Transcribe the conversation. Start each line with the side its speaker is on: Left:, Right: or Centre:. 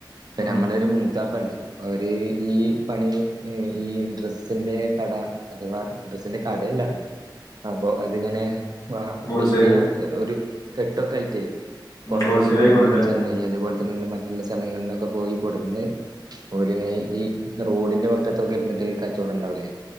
Right: ഇപ്പൊ
Left: ഉം
Right: നമ്മളൊ ഒരു മൂത്താപ്പ ഉണ്ട് അവര് ഈ പണി ഈ ഇൻട്രസിന്റെ കട അഥവാ ഡ്രസിന്റെ കടയല്ല അപ്പൊ അതിങ്ങനെ ആ
Left: ഹോൾസെയില്
Right: വലിയ ഒരു കെട്ടൊക്കെ ആയിട്ടായി പുറത്തുന്ന്
Left: ഹോൾസെയിലായി
Right: കൂടന്ന്
Left: കൊടുക്കല്ലേ
Right: ചെന്നൈ അതുപോലെ മറ്റുള്ള സ്ഥലങ്ങളിലൊക്കെ പോയി കൊടുന്ന് ലും ഇങ്ങനെ ഈ റോഡിന്റെ പക്കത്തൊക്കെ ഇരുന്നിട്ട് കച്ചവടം ഉണ്ടാവലേ